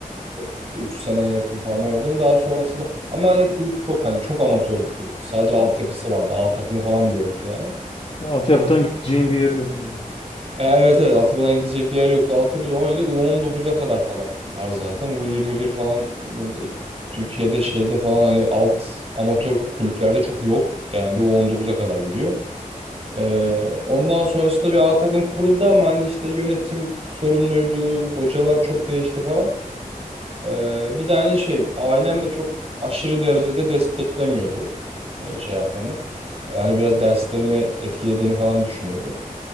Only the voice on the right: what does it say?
çok 3 seneye yakın falan oynadım. Daha sonrasında ama hani kulüp çok hani çok amatör bir kulüptü. Sadece altyapısı vardı. A takımı falan bile yoktu yani.
E, evet evet altyapıdan gidecek bir yer yoktu. Altyapıda oynadık. U19'a kadar falan var zaten. U21 falan burada Türkiye'de şeyde falan hani alt amatör kulüplerde çok yok. Genelde U19'a kadar gidiyor. Ee, ondan sonrasında bir A takım kuruldu ama hani işte yönetim sorunluydu, hocalar çok değişti falan. Ee, bir de hani şey ailem de çok aşırı derecede desteklemiyordu e, şey yapmamı. Ee, hani biraz derslerimi etkilediğini falan düşünüyordu.